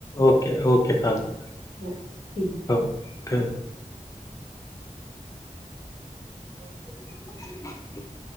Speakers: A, on the left; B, on the left.
A: ओके ओके चालते
B: हो ठीक.
A: हो ठेव
B: <unintelligible>
A: <unintelligible>